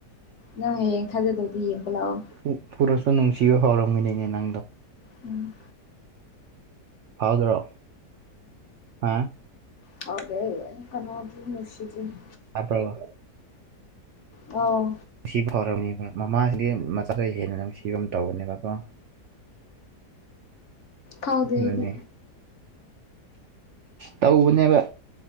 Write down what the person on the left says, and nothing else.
ꯅꯪ ꯍꯌꯦꯡ ꯊꯥꯖꯗꯕꯗꯤ ꯌꯦꯡꯕ ꯂꯥꯛꯑꯣ
ꯎꯝ
ꯐꯥꯎꯗꯦ ꯀꯅꯥꯗ ꯅꯨꯡꯁꯤꯗꯨꯢꯅꯣ
ꯑꯧ
ꯐꯥꯎꯗꯦ
ꯑꯩꯗꯤ